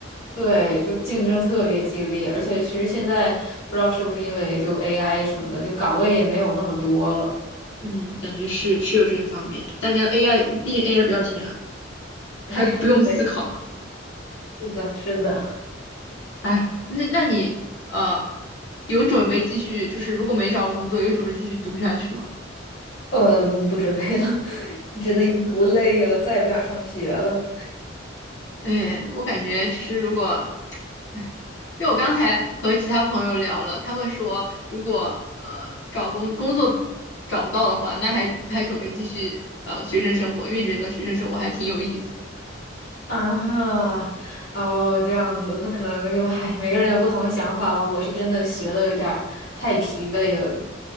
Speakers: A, on the left; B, on the left.
A: 对，就竞争特别激烈，而且其实现在不知道是不是因为就 AI 什么的，就岗位也没有那么多了，
B: 嗯，感觉是是有这一方面。大家 AI，毕竟 AI 不要钱啊
A: 唉，
B: 还不用思考。
A: 对，是的，是的，
B: 哎，那那你呃，有准备继续，就是如果没找到工作，有准备继续读下去吗？
A: 嗯，不准备了，<laughs> 真的已经读累了，再也不想上学了。
B: 哎，我感觉其实如果，哎，因为我刚才和其他朋友聊了，他们说如果呃找工工作的找不到的话，那还还准备继续呃学生生活，因为觉得学生生活还挺有意思的。
A: 啊，哦，这样子，那可能就，唉，每个人有不同的想法吧。我是真的学的有点儿太疲惫了，